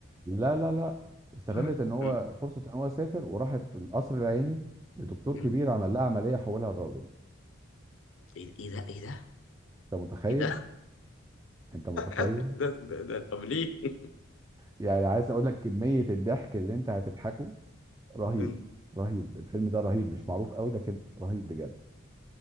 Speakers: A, on the right (about 15°); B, on the left (about 70°).
A: لا لا لا استغلت
B: مم.
A: ان هو
B: مم.
A: فرصه ان هو سافر وراحت القصر العيني لدكتور
B: مم.
A: كبير عمل لها عمليه حولها لراجل
B: ايه إيه ده ايه ده
A: انت متخيل
B: ايه ده
A: انت متخيل
B: <laughs> ده, ده, ده. طب ليه <laughs>
A: يعني عايز اقول لك كميه الضحك اللي انت هتضحكه رهيب
B: مم.
A: رهيب الفيلم ده رهيب مش معروف قوي لكن رهيب بجد